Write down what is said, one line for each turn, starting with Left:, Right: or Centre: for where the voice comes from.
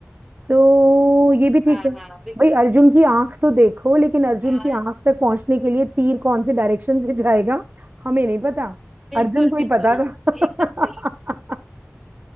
Right: तो ये भी ठीक
Centre: हाँ
Right: है
Centre: हाँ बिल्कुल
Right: भाई
Centre: बिल्कुल
Right: अर्जुन की आंख तो देखो लेकिन अर्जुन
Centre: हाँ,
Right: की आंख तक पहुंचने के लिए तीर कौन से डायरेक्शन से जाएगा हमें नहीं पता
Centre: बिल्कुल
Right: अर्जुन को ही
Centre: बिल्कुल
Right: पता था
Centre: एकदम सही
Right: <laughs>